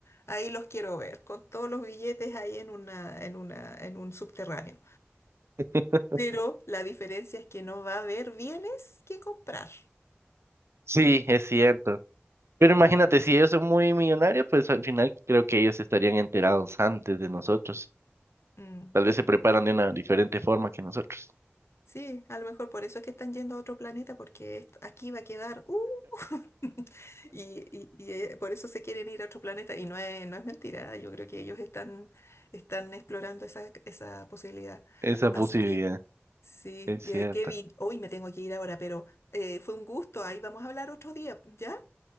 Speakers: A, on the left; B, on the right.
A: ahí los quiero ver, con todos los billetes ahí en una, en una, en un subterráneo.
B: <laughs>
A: Pero la diferencia es que no va a haber bienes que comprar.
B: Sí, es cierto. Pero imagínate, si ellos son muy millonarios, pues al final creo que ellos estarían enterados antes de nosotros.
A: Mm.
B: Tal vez se preparan de una diferente forma que nosotros.
A: Sí, a lo mejor por eso es que están yendo a otro planeta, porque est- aquí va a quedar, ¡uh! <laughs> Y, y- y, eh, por eso se quieren ir a otro planeta. Y no es, no es mentira, yo creo que ellos están, están explorando esa, esa posibilidad.
B: Esa posibilidad
A: Así que, sí,
B: es
A: eh,
B: cierta.
A: Kevin, hoy me tengo que ir ahora, pero eh, fue un gusto. Ahí vamos a hablar otro día, ¿ya?